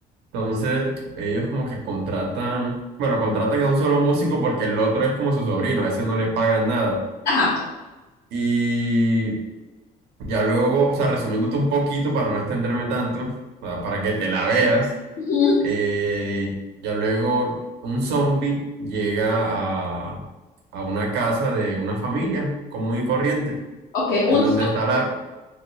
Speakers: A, on the right; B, on the left.
A: Entonces ellos como que contratan, bueno, contratan a un solo músico porque el otro es como su sobrino, a ese no le pagan nada.
B: Ajá.
A: Y ya luego, o sea, resumiéndote un poquito para no extenderme tanto, pa- para que te la veas,
B: Ujú.
A: eh, ya luego un zombie llega a, a una casa de una familia común y corriente,
B: Ok, un
A: en donde está la...